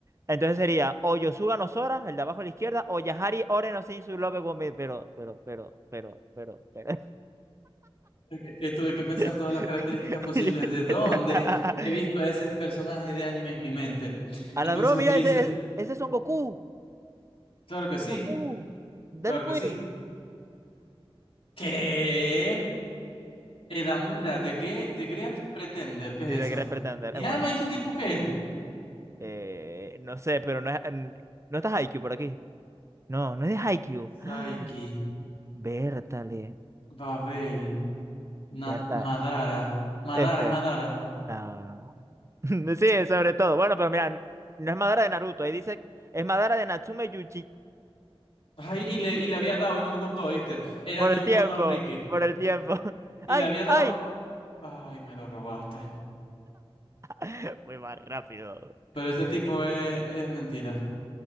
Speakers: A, on the right; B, on the left.
A: Entonces sería o Yosuga no Sora, el de abajo a la izquierda, o Yahari Ore no Seizu Love Gomez, pero, pero, pero, pero, pero, pero.
B: Que que tuve que
A: <laughs>
B: pensar todas las características posibles de dónde he visto a ese personaje de anime en mi mente.
A: A
B: Entonces
A: la bro, mira,
B: utilicé,
A: ese es, ese es Son Goku.
B: claro que
A: Son
B: sí,
A: Goku. Dale
B: claro
A: pues.
B: que sí. ¿Qué? Edamura, ¿de qué? ¿De Great Pretender? ¿Qué
A: Sí,
B: es
A: de
B: eso?
A: Gran Pretender.
B: ¿Mi
A: Es bueno.
B: alma y este tipo qué
A: Eh, no sé, pero no es. n- No está Haikyuu por aquí. No, no es de Haikyuu. <gasps>
B: Saiki,
A: Bertale.
B: Babel, Na-
A: Berta,
B: Madara. Madara,
A: Este,
B: es Madara.
A: no. <laughs> Sí, sobre todo. Bueno, pero mira, no es Madara de Naruto. Ahí dice, es Madara de Natsume Yuji.
B: Ay, y le, y le había dado y no me contó, ¿viste? Era
A: Por
B: Neudono
A: el tiempo,
B: Ricky.
A: por el tiempo. <laughs>
B: Y
A: ¡Ay,
B: le había dado.
A: ay!
B: Ay, me lo robaste.
A: <laughs> Fui más rápido.
B: Pero este tipo es, es mentira.